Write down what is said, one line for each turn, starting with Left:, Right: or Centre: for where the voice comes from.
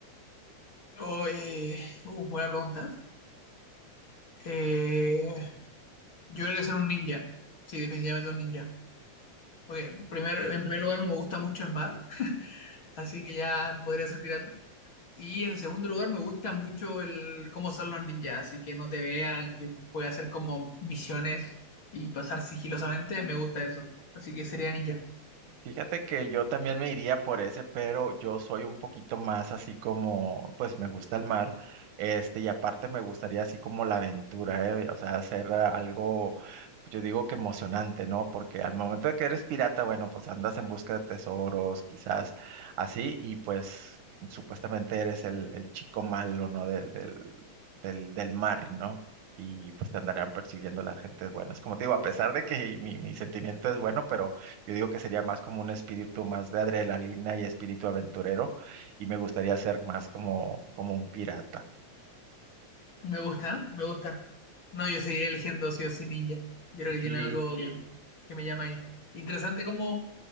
Left: Oh, eh, uh, buena pregunta. Eh, yo creo que ser un ninja. Sí, definitivamente un ninja. Porque primer, en primer lugar no me gusta mucho el mar, así que ya no podría ser pirata. Y en segundo lugar me gusta mucho el cómo son los ninjas, así que no te vean, que pueda hacer como misiones y pasar sigilosamente. Me gusta eso. Así que sería ninja.
Right: Fíjate que yo también me iría por ese, pero yo soy un poquito más así como, pues me gusta el mar, este, y aparte me gustaría así como la aventura, ¿eh? O sea, hacer ah, algo, yo digo que emocionante, ¿no? Porque al momento de que eres pirata, bueno, pues andas en busca de tesoros, quizás así, y pues supuestamente eres el, el chico malo, ¿no? Del, del, del, del mar, ¿no? Y pues te andarán persiguiendo las gentes buenas. Como te digo, a pesar de que mi, mi sentimiento es bueno, pero yo digo que sería más como un espíritu más de adrenalina y espíritu aventurero y me gustaría ser más como, como un pirata.
Left: Me gusta, me gusta. No, yo seguiré eligiendo sí o sí Ninja. Yo creo que tiene
Right: Sí,
Left: algo que, Sí. que me llama ahí. Interesante como